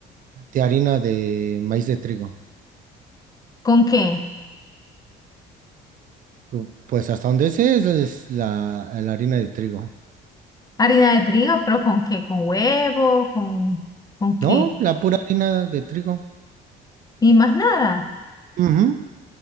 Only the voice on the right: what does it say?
De harina de maíz de trigo.
Cu- Pues hasta donde sé es es la, la harina de trigo.
No, la pura harina de trigo.
Ujú.